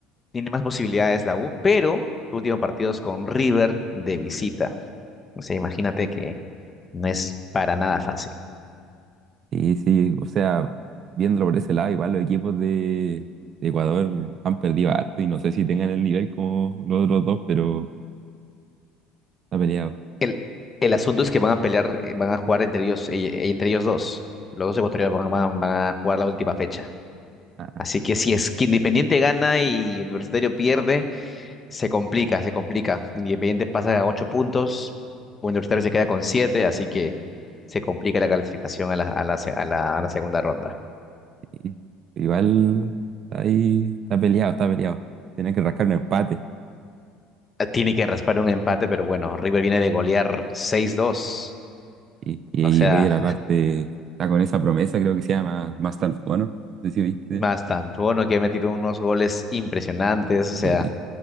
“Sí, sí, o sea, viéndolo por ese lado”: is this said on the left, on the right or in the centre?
Right